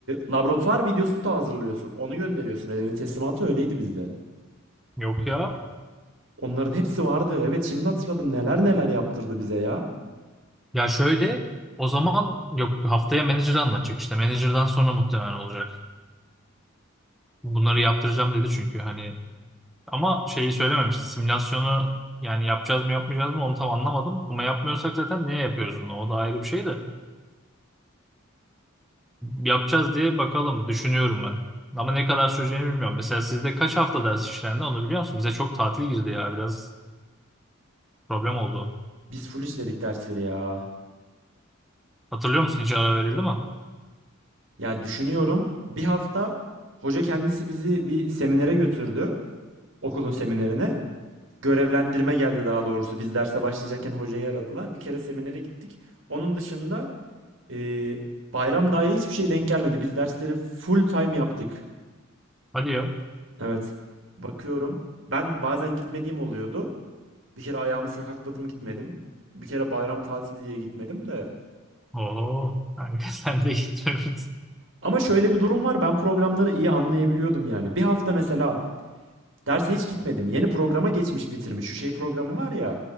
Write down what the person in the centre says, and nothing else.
Yok ya.
Ya şöyle o zaman yok haftaya manager'ı anlatacak işte. Manager'dan sonra muhtemelen olacak. Bunları yaptıracağım dedi çünkü. Hani Ama şeyi söylememişti. Simülasyonu yani yapacağız mı yapmayacağız mı onu tam anlamadım. Ama yapmıyorsak zaten niye yapıyoruz bunu? O da ayrı bir şey de. Yapacağız diye bakalım düşünüyorum ben. Ama ne kadar süreceğini bilmiyorum. Mesela sizde kaç hafta ders işlendi onu biliyor musun? Bize çok tatil girdi ya biraz problem oldu.
Hatırlıyor musun hiç ara verildi mi?
Hadi ya.
Oo, kanka <laughs> sen de gitmemişsin.